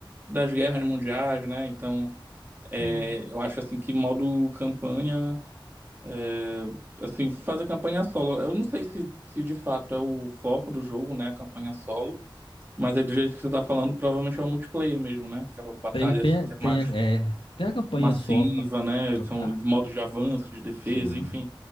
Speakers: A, on the right; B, on the left.
A: das guerras mundiais, né? Então, é,
B: sim.
A: eu acho assim que modo campanha. é, assim, fazer campanha solo. Eu não sei se, se de fato é o foco do jogo, né? A campanha solo. Mas é do jeito que você tá falando, provavelmente é o multiplayer mesmo, né? Aquela batalha
B: Tem, tem,
A: assim que
B: tem,
A: é mais
B: a- é, tem a campanha
A: massiva,
B: solo pra
A: né?
B: jogar.
A: São modo de avanço, de defesa,
B: Sim.
A: enfim.